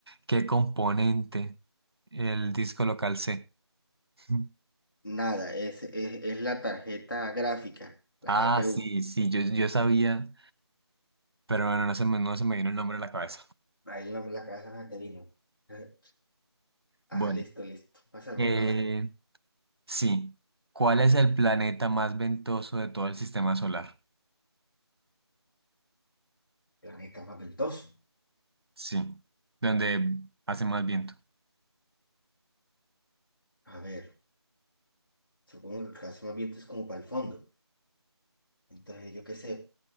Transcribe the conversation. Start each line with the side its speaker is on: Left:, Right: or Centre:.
Right: ¿Qué componente? El disco local C. <laughs>
Left: Nada, es, es, es la tarjeta gráfica, la
Right: Ah,
Left: GPU.
Right: sí, sí, yo, yo sabía, pero bueno, no se me, no se me vino el nombre a la cabeza.
Left: Ahí la, la casa te vino. Eh, Ah,
Right: Bueno,
Left: listo, listo. Pásame
Right: eh,
Left: uno a ver.
Right: Sí. ¿Cuál es el planeta más ventoso de todo el sistema solar?
Left: Planeta papentoso.
Right: Sí. Donde hace más viento.
Left: A ver, supongo que el caso más viento es como para el fondo. Entonces, yo qué sé,